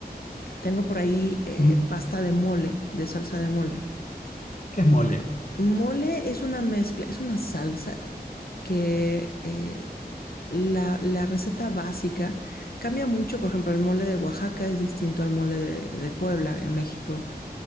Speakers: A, on the left; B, on the left.
A: tengo por ahí eh,
B: Ujú.
A: pasta de mole, de salsa de mole.
B: ¿Qué es mole?
A: Mole es una mezcla, es una salsa que eh, la, la receta básica cambia mucho. Por ejemplo, el mole de Oaxaca es distinto al mole de, de Puebla en México